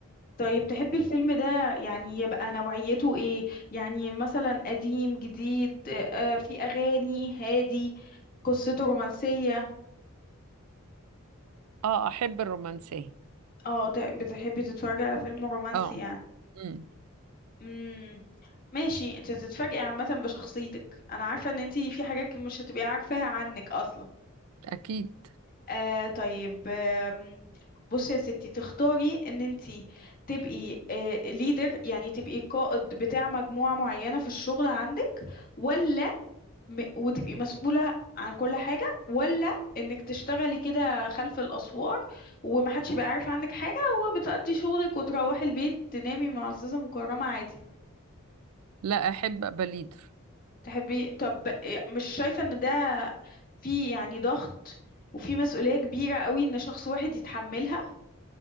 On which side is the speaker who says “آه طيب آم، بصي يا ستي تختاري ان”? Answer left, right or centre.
Left